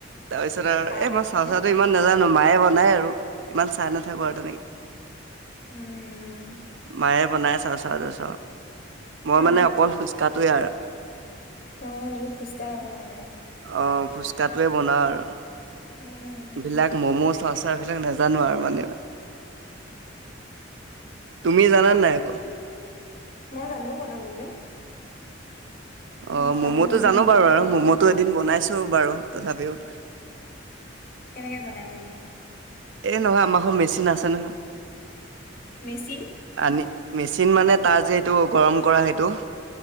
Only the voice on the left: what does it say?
টাৱাত
দি দিও
উম', উম'।
অ
অ তুমি খোজকাঢ়া মানে
উম
মই জানো বনাবলৈ।
মোৰ খাবও
বনাবও
জানো
কেনেকে বনাই ম'ম'?
মেচিন?